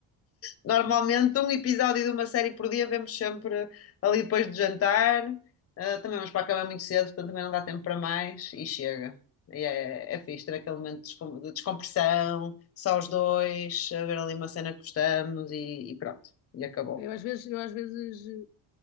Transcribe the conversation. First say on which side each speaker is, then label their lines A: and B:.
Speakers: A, on the left; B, on the left.
A: Normalmente um episódio de uma série por dia vemos sempre ali depois do jantar. Ah, também vamos para a cama muito cedo, portanto também não dá tempo para mais e chega. E é, é fixe ter aquele momento de descom- de descompressão, só os dois, a ver ali uma cena que gostamos e, e pronto. E acabou.
B: Eu às vezes, eu às vezes, eh,